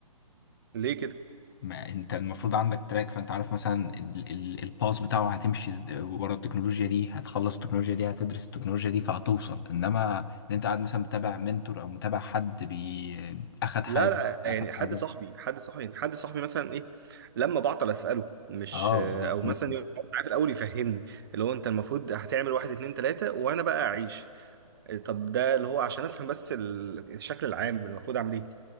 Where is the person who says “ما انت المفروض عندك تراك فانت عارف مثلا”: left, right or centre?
Left